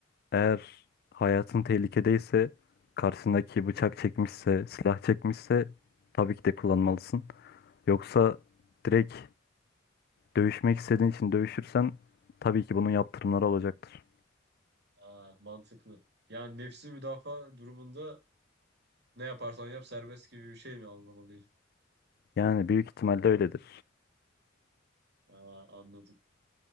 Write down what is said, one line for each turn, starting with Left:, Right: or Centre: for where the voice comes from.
Left: eğer hayatın tehlikedeyse, karşısındaki bıçak çekmişse, silah çekmişse tabii ki de kullanmalısın. Yoksa direkt dövüşmek istediğin için dövüşürsen tabii ki bunun yaptırımları olacaktır.
Right: Aa, mantıklı. Yani nefsi müdafaa durumunda ne yaparsan yap serbest gibi bir şey mi anlamalıyım?
Left: Yani büyük ihtimalle öyledir.
Right: Aa, anladım.